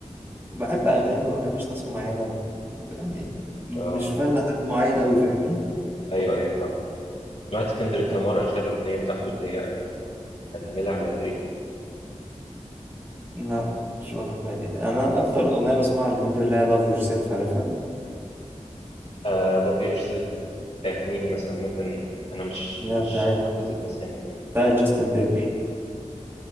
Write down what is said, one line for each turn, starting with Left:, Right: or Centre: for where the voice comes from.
Right: بحب أغاني وما بحبش ناس معينة يعني مش
Left: آه،
Right: فان لحد معين أوي فاهمني
Left: أيوه، أيوه فاهمك. سمعت كندريك
Right: يعني
Left: لامار آخر الأغنية بتاعته اللي هي كان عاملها على دريك،
Right: لا مش واخد بالي أنا أكتر أغنية بسمعها اليومين دول اللي هي Love Yourself عارفها
Left: آآ love yourself بتاعة مين مثلًا ممكن أنا مش
Right: اللي
Left: مش
Right: هي بتاعت
Left: حافظ الأسامي أوي.
Right: بتاعت جاستن بيبر